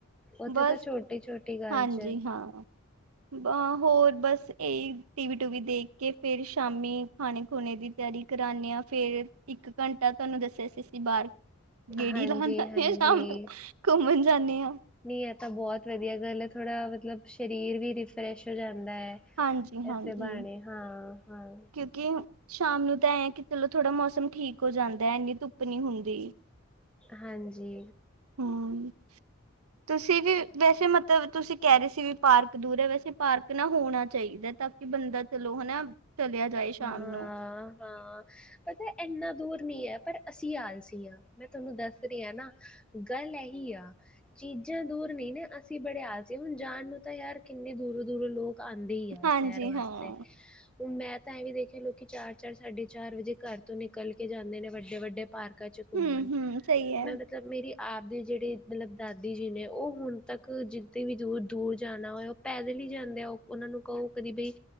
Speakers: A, in the centre; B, on the right.
A: ਉੱਥੇ
B: ਬਸ,
A: ਤਾਂ ਛੋਟੀ-ਛੋਟੀ ਗੱਲ
B: ਹਾਂਜੀ
A: ਚ
B: ਹਾਂ ਬ ਹੋਰ ਬਸ ਇਹੀ ਟੀਵੀ ਟੂਵੀ ਦੇਖ ਕੇ, ਫੇਰ ਸ਼ਾਮੀ ਖਾਣੇ ਖੂਣੇ ਦੀ ਤਿਆਰੀ ਕਰਾਂਦੇ ਹਾਂ ਫੇਰ, ਇੱਕ ਘੰਟਾ ਤੁਹਾਨੂੰ ਦੱਸਿਆ ਸੀ ਅਸੀਂ ਬਾਹਰ ਗੇੜੀ
A: ਹਾਂਜੀ-ਹਾਂਜੀ।
B: ਲਾਉਣ ਜਾਂਦੇ ਹਾਂ ਸ਼ਾਮ ਨੂੰ, ਘੁੰਮਣ ਜਾਂਦੇ ਹਾਂ।
A: ਨਹੀਂ ਇਹ ਤਾਂ ਬਹੁਤ ਵਧੀਆ ਗੱਲ ਹੈ ਥੋੜਾ ਮਤਲਬ, ਸ਼ਰੀਰ ਵੀ ਰਿੀਫਰੈਸ਼ ਹੋ ਜਾਂਦਾ ਹੈ।
B: ਹਾਂਜੀ-ਹਾਂਜੀ
A: ਐਸੇ ਬਾਣੇ, ਹਾਂ ਹਾਂ
B: ਕਿ, ਸ਼ਾਮ ਨੂੰ ਤਾਂ ਐ ਆ ਕਿ ਚਲੋ ਥੋੜਾ ਮੌਸਮ ਠੀਕ ਹੋ ਜਾਂਦਾ ਹੈ ਇੰਨੀ ਧੁੱਪ ਨੀ ਹੁੰਦੀ।
A: ਹਾਂਜੀ।
B: ਹਮ। ਤੁਸੀਂ ਵੀ ਵੈਸੇ ਮਤਲਬ ਤੁਸੀਂ ਕਹਿ ਰਹੇ ਸੀ ਵੀ ਪਾਰਕ ਦੂਰ ਹੈ, ਵੈਸੇ ਪਾਰਕ ਨਾ ਹੋਣਾ ਚਾਹੀਦਾ ਤ ਤਦ ਬੰਦਾ ਚਲੋ, ਹਨਾ ਚਲਿਆ ਜਾਏ ਸ਼ਾਮ
A: ਹਾਂ
B: ਨੂੰ
A: ਹਾਂ ਪਤੈ, ਇੰਨਾ ਦੂਰ ਨਹੀਂ ਐ, ਪਰ ਅਸੀਂ ਆਲਸੀ ਆਂ, ਮੈਂ ਤੁਹਾਨੂੰ ਦੱਸ ਰਹੀ ਆਂ ਨਾ। ਗੱਲ ਇਹੀ ਆ। ਚੀਜ਼ਾਂ ਦੂਰ ਨਹੀਂ ਨਾ ਅਸੀਂ ਬੜੇ ਆਲਸੀ ਆ, ਹੁਣ ਜਾਣ ਨੂੰ ਤਾਂ ਯਾਰ ਕਿੰਨੇ ਦੂਰੋ-ਦੂਰੋ ਲੋਕ ਆਂਦੀ ਆ,
B: ਹਾਂਜੀ
A: ਸੈਰ ਵਾਸਤੇ।
B: ਹਾਂ,
A: ਹੁਣ ''ਮੈਂ ਤਾਂ ਐਵੀ ਦੇਖਿਆ ਲੋਕ ਚਾਰ-ਚਾਰ, ਸਾਢੇ-ਚਾਰ ਵਜੇ ਘਰ ਤੋਂ ਨਿਕਲਕੇ ਜਾਂਦੇ ਨੇ ਵੱਡੇ-ਵੱਡੇ ਪਾਰਕ ਚ ਘੁੰਮਣ
B: ਹੂੰ-ਹੂੰ ਸਹੀ ਐ
A: ਮੈਂ ਮਤਲਬ, ਮੇਰੀ ਆਪ ਦੇ ਜਿਹੜੇ ਮਤਲਬ ਦਾਦੀ ਜੀ ਨੇ ਉਹ ਹੁਣ ਤੱਕ ਜਿੱਥੇ ਵੀ ਦੂਰ-ਦੂਰ ਜਾਣਾ ਹੋਇਆ ਪੈਦਲ ਉ ਜਾਂਦੇ ਆ ਉਹ, ਉਹਨਾਂ ਨੂੰ ਕਹੋ ਕਦੀ ਬਈ